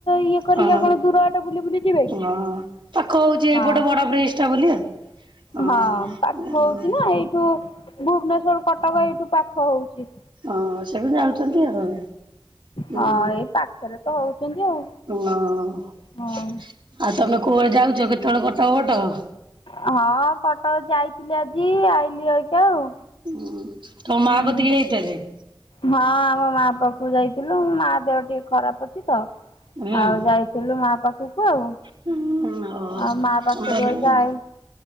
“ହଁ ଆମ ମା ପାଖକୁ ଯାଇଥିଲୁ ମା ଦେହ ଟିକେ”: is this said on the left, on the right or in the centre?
Left